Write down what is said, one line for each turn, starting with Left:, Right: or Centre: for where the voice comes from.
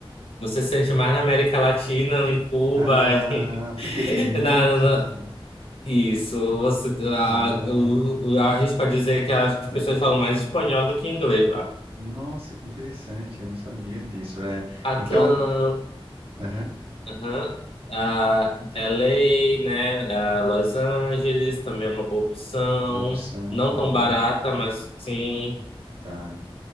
Left: você se sente mais na América Latina, em Cuba,
Right: Ah,
Left: <laughs> e-
Right: porque tem muito.
Left: na, na-
Right: hum,
Left: isso. Você, a,
Right: Ah,
Left: eu,
Right: é.
Left: eu arrisco a dizer que as pessoas falam mais espanhol do que inglês lá.
Right: Nossa, que interessante. Eu não sabia disso. É.
Left: Atlanta,
Right: Então, aham,
Left: aham, ah, LA, né? ah, Los Angeles também é uma boa opção.
Right: boa opção.
Left: Não
Right: Ah,
Left: tão barata, mas sim.
Right: tá.